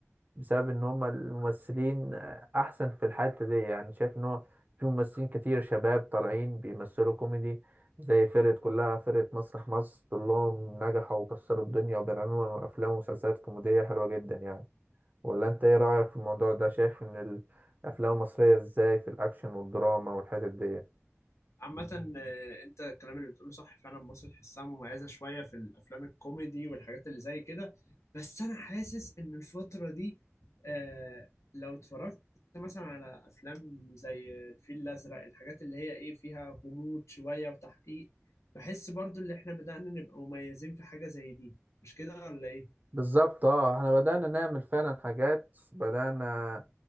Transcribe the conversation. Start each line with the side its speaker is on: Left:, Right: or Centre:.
Right: بسبب ان هم الممثلين احسن في الحتة دي يعني شايف ان هو في ممثلين كتير شباب طالعين بيمثلوا كوميدي زي فرقة كلها فرقة مسرح مصر كلهم نجحوا وكسروا الدنيا وبيعملوا افلام ومسلسلات كوميدية حلوة جدا يعني ولا انت ايه رأيك في الموضوع ده شايف ان الافلام المصرية ازاي في الاكشن والدراما والحتت دي
Left: عامة آه، انت الكلام اللي بتقوله صح فعلا مصر تحسها مميزة شوية في الافلام الكوميدي والحاجات اللي زي كده بس انا حاسس ان الفترة دي آه لو اتفرجت مثلا على افلام زي الفيل الازرق الحاجات اللي هي ايه فيها غموض شوية وتحقيق بحس برضو ان احنا بدأنا نبقى مميزين في حاجة زي دي مش كده ولا ايه؟
Right: بالظبط اه احنا بدأنا نعمل فعلا حاجات بدأنا